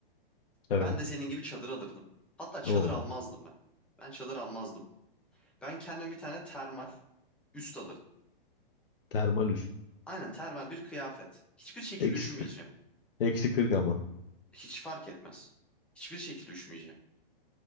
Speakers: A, on the left; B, in the centre.
A: Evet.
B: ben de senin gibi çadır alırdım. Hatta çadır
A: Oo.
B: almazdım ben. Ben çadır almazdım. Ben kendime bir tane termal üst alırdım.
A: Termal
B: Aynen termal bir kıyafet. Hiçbir şekilde
A: üst.
B: üşümeyeceğim.
A: Eksi 40 ama.
B: Hiç fark etmez. Hiçbir şekilde üşümeyeceğim.